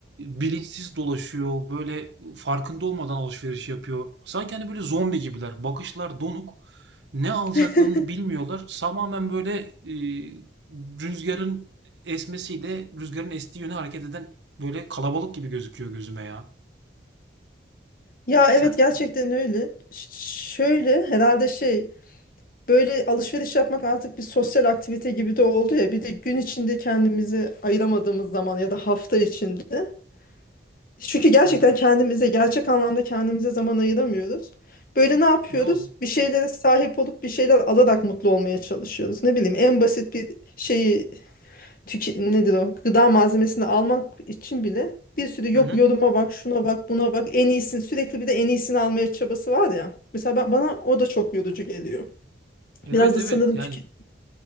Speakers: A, on the right; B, on the left.
A: bilinçsiz dolaşıyor, böyle farkında olmadan alışveriş yapıyor. Sanki hani böyle zombi gibiler. Bakışlar donuk. Ne alacaklarını
B: <laughs>
A: bilmiyorlar. Tamamen böyle e, rüzgarın esmesiyle rüzgarın estiği yöne hareket eden böyle kalabalık gibi gözüküyor gözüme ya.
B: Ya
A: Sen
B: evet gerçekten öyle. Ş- şöyle herhalde şey böyle alışveriş yapmak artık bir sosyal aktivite gibi de oldu ya. Bir de gün içinde kendimizi ayıramadığımız zaman ya da hafta içinde. Çünkü gerçekten
A: Hı hı,
B: kendimize gerçek anlamda kendimize zaman ayıramıyoruz. Böyle ne yapıyoruz?
A: doğru.
B: Bir şeylere sahip olup bir şeyler alarak mutlu olmaya çalışıyoruz. Ne bileyim en basit bir şeyi tüke nedir o? Gıda malzemesini almak için bile bir sürü
A: Hı
B: yok
A: hı.
B: yoruma bak, şuna bak, buna bak, en iyisini sürekli bir de en iyisini almaya çabası var ya. Mesela ben, bana o da çok yorucu geliyor.
A: Evet
B: Biraz da
A: evet
B: sanırım
A: yani
B: tüke